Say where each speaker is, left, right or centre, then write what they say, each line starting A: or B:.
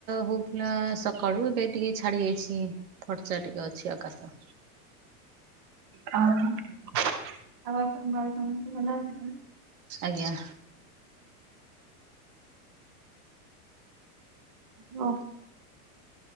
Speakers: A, on the right; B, on the right.
A: ହଉଥିଲା ସକାଳୁ ଏବେ ଟିକେ ଛାଡି ଯାଇଛି ଖର୍ଚା ଟିକେ ଅଛି ଆକାଶ
B: ହ ଆଉ ଆପଣଙ୍କଙ୍କ ସମସ୍ତେ ଭଲ ହଉଛନ୍ତି
A: ଆଜ୍ଞା
B: ହ